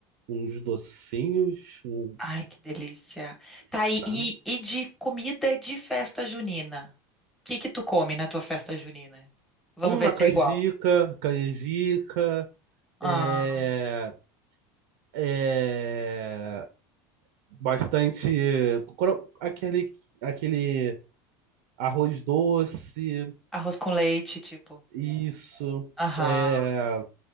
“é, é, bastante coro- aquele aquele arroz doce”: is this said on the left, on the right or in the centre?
Right